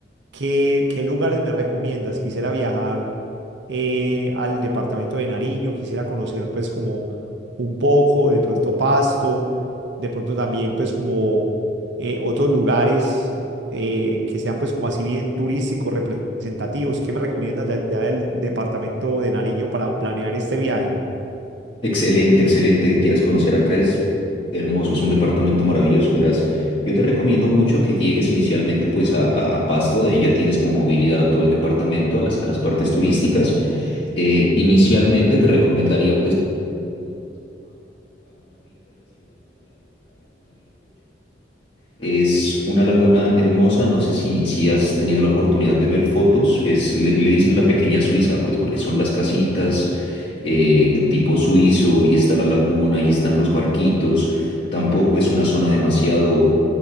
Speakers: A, on the right; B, on the left.
A: ¿Qué, qué lugares me recomiendas? Quisiera viajar eh, al departamento de Nariño, quisiera conocer pues como un poco, de pronto Pasto, de pronto también pues como eh, otros lugares eh, que sean pues como así bien turísticos, representativos. ¿Qué me recomiendas de allá del departamento de Nariño para planear este viaje?
B: Excelente, excelente que quieras conocer acá. Es hermoso, es un departamento maravilloso, verás. Yo te recomiendo mucho que llegues inicialmente pues a, a- a Pasto, de ahí ya tienes como movilidad a todo el departamento, a las, a las partes turísticas. Eh, inicialmente te recomendaría es una laguna hermosa, no sé si, si has tenido la oportunidad de ver fotos, es, le, le dicen la pequeña Suiza, pues porque son las casitas eh, tipo suizo y está la laguna y están los barquitos, tampoco es una zona demasiado